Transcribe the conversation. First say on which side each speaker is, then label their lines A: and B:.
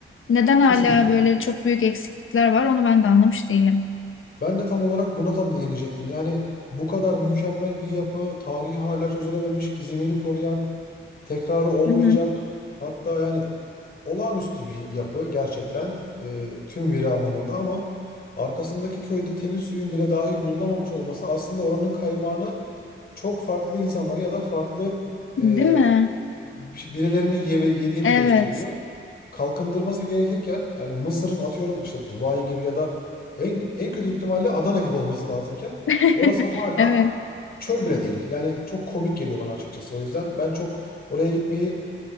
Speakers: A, on the left; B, on the left.
A: Neden hala
B: Kesinlikle.
A: böyle çok büyük eksiklikler var onu ben de anlamış değilim.
B: Ben de tam olarak buna tam değinecektim. Yani bu kadar mükemmel bir yapı, tarihi hala çözülememiş, gizemini koruyan, tekrarı olmayacak.
A: Hı hı.
B: Hatta yani olağanüstü bir yapı gerçekten e, tüm veri anlamında ama arkasındaki köyde temiz suyun bile dahi bulunamamış olması aslında oranın kaymağını çok farklı insanlara ya da farklı e,
A: Değil mi?
B: birilerinin yeme, yediğini
A: Evet.
B: gösteriyor. Kalkındırması gerekirken yani Mısır'ın atıyorum işte Dubai gibi ya da en en kötü ihtimalle Adana gibi olması lazımken
A: <laughs>
B: orası hala
A: Evet.
B: çöl bile değil. Yani çok komik geliyor bana açıkçası. O yüzden ben çok oraya gitmeyi